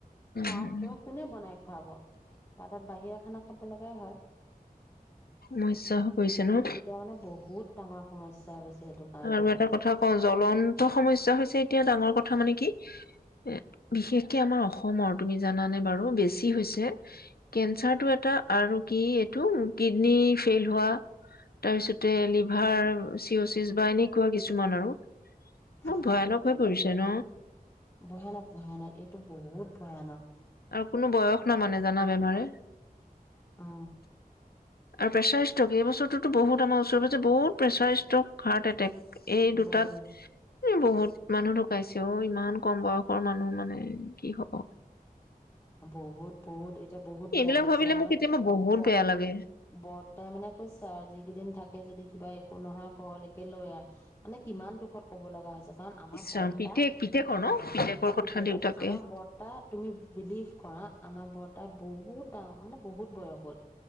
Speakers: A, on the left (about 20°); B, on the left (about 85°).
A: তাত
B: উম
A: ধ কোনে বনাই খুৱাব বা তাত বাহিৰা খানা খাব লগা হয়
B: মই ইচাহ পৰিছে ন
A: এতিয়া মানে বহুত ডাঙৰ সমস্যা হৈ গৈছে সেইটো কাৰণে
B: আৰু এটা কথা ক জ্বলন্ত সমস্যা হৈছে এতিয়া ডাঙৰ কথা <unintelligible> চিচ বা এনেকুৱা কিছুমান আৰু বহুত
A: অ
B: ভয়ানক হৈ পৰিছে ন
A: ভয়ানক ভয়ানক এইটো বহুত ভয়ানক
B: আৰু কোনো বয়স ন মানে জানা বেমাৰে
A: অ
B: আৰু প্ৰেছাৰ ষ্ট্ৰক এইবছৰটোো বহুত আমাৰ ওচৰে পাজৰে বহুত প্ৰেচাৰ ষ্ট্ৰক হাৰ্ এটেক এই দুটাত
A: বহু
B: উ বহুত মানুহ ঢুকাইছে অ ইমান কম বয়সৰ মানুহ মানে কি হব
A: বহুত বহুত এতিয়া বহুত বেয়া
B: এইবিলাক
A: লাগিছে
B: ভাবিলে
A: আমাৰ
B: মোৰ কেতিয়াবা বহুত
A: ব
B: বেয়া লাগে
A: বৰ্তাই মানে কৈছে আৰু যিিকেইদিন থাকে যদি কিবা একো নহয় ঘৰলৈকে লৈ আহ মানে কিমান দুখত ক'ব লগা হৈছে কাৰণ আমাৰ
B: ইছ
A: বৰ্তা
B: ৰাম পিতেক পিতেকৰ ন পিতেকৰ
A: অ
B: কথা
A: প
B: দেউতাকে
A: ক আমাৰ বৰ্তা তুমি বিলিভ কৰা আমাৰ বৰ্তা বহুত ডাঙৰ মানে বহুত বয়স হ'ল